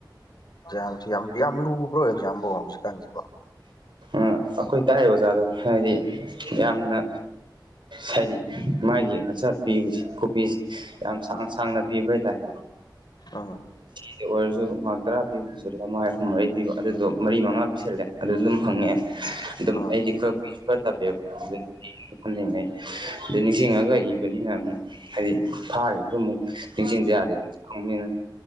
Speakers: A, on the left; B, on the right.
A: ꯌꯥꯝ ꯌꯥꯝꯗꯤ ꯌꯥꯝ ꯂꯨꯕ꯭ꯔꯣ ꯑꯦꯛꯖꯥꯝꯕꯣ ꯍꯧꯖꯤꯛꯀꯥꯟꯖꯤꯕꯣ
B: ꯑ ꯑꯩꯈꯣꯏ ꯇꯥꯛꯏ ꯑꯣꯖꯥꯗꯣ ꯍꯥꯏꯗꯤ ꯌꯥꯝꯅ ꯍꯥꯏꯗꯤ ꯃꯥꯒꯤ ꯑꯟꯁꯠ ꯄꯤꯕꯁꯤ ꯈꯨꯄꯤꯁꯤ ꯌꯥꯝ ꯁꯥꯡ ꯁꯥꯡꯅ ꯄꯤꯕ ꯍꯥꯏꯇꯥꯔꯦ
A: ꯎꯝ
B: <unintelligible> ꯑꯣꯏꯔꯖꯨ ꯃꯥꯔꯛ ꯇꯔꯥ ꯄꯤꯕꯗꯨꯁꯨ ꯂꯃꯥꯏ ꯑꯍꯨꯝ ꯃꯔꯤ ꯄꯤꯕ ꯑꯗꯨꯗꯣ ꯃꯔꯤ ꯃꯉꯥ ꯄꯤꯁꯜꯂꯦ ꯑꯗꯨꯗꯨꯝ ꯍꯪꯉꯛꯑꯦ ꯑꯗꯨꯝ
A: ꯎꯝ
B: ꯑꯩꯗꯤ ꯈꯔ ꯈꯨꯏꯏꯖꯨ ꯈꯔ ꯇꯞꯄꯦꯕ ꯍꯜꯂꯤꯉꯩ ꯑꯗ ꯅꯤꯡꯁꯤꯡꯉꯒ ꯏꯕꯅꯤ ꯑꯩꯅ ꯑꯃꯨꯛ ꯍꯥꯏꯗꯤ ꯐꯥꯒꯤꯕꯗꯨ ꯑꯃꯨꯛ ꯅꯤꯡꯖꯤꯡꯗ ꯌꯥꯗꯦꯗꯅ